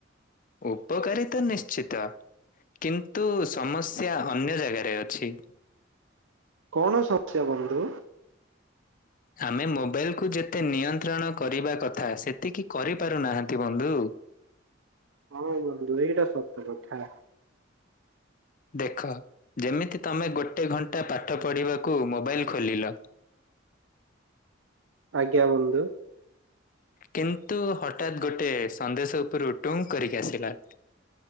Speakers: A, on the left; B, on the right.
A: ଉପପକରିିତ ନିଶ୍ଚିତ କିନ୍ତୁ ସମସ୍ୟା ଅନ୍ୟ ଜାଗାରେ ଅଛି।
B: କଣ ସମସ୍ୟା ବନ୍ଧୁ
A: ଆମେ ମୋବାଇଲକୁ ଯେତେ ନିୟନ୍ତ୍ରଣ କରିବା କଥା ସେତିକି କରିପାରୁନାହାନ୍ତି ବନ୍ଧୁ
B: ହଁ ବନ୍ଧୁ ଏଇଟା ସତତ କଥା
A: ଦେଖ ଯେମିତି ତମେ ଗୋଟେ ଘଣ୍ଟା ପାଠ ପଢ଼ିବାକୁ ମୋବାଇଲ ଖୋଲିଲ।
B: ଆଜ୍ଞା ବଧୁ
A: କିନ୍ତୁ ହଠାତ୍ ଗୋଟେ ସନ୍ଦେଶ ଉପରୁ ଟୁଙ୍ଗ କରିକି ଆସିଲା